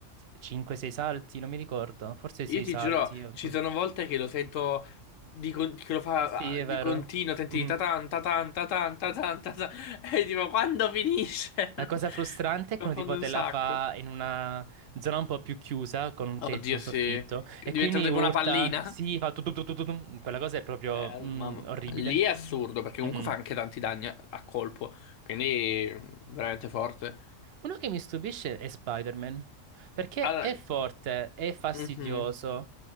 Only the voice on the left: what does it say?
Io
ti
giuro,
ci
sono volte che lo sento di con- che lo fa
ah,
di
continuo, senti
di tatan, tatan, tatan, tatan, tatan, <laughs> e tipo quando finisce?
<laughs>
Mi
confondo
un
sacco.
Oddio,
se diventa
tipo
una pallina,
eh, ma-
ma-
lì è assurdo perché comunque
fa anche tanti danni a, a colpo, quindi mm, veramente forte.
Allora,
mhm,